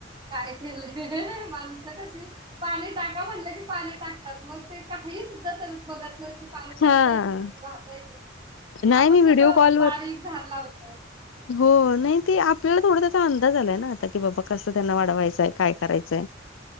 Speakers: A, on the right; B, on the left.
A: कायतरी. माणसं कसली. पाणी टाका म्हटलं की पाणी टाकतात मग ते काहीच सुद्धा करत बघत नाहीत. पाणी बसतय
B: हा
A: किती, वाहतय किती,
B: नाही
A: आपण
B: मी व्हिडिओ
A: कस
B: कॉलवर
A: बारीक धार लावतो
B: हो. नाही ते आपल्याला थोडा त्याचा अंदाज आलाय ना आता की बाबा कस त्यांना वाट लावांयचंय
A: बरोबर
B: कायं करायचंय